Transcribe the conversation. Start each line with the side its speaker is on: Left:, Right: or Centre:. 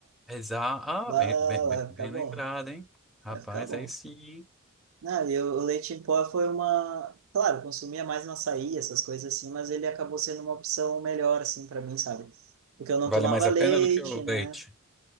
Centre: Exa- Ah,
Right: Bah,
Centre: bem, bem, bem,
Right: vai
Centre: bem
Right: ficar bom,
Centre: lembrado, hein? Rapaz,
Right: vai ficar bom.
Centre: aí sim.
Right: Não, e o o leite em pó foi uma. Claro, eu consumia mais no açaí, essas coisas assim, mas ele acabou sendo uma opção melhor, assim, para mim, sabe? Porque eu não tomava
Centre: Vale mais a
Right: leite,
Centre: pena do que o
Right: né?
Centre: leite.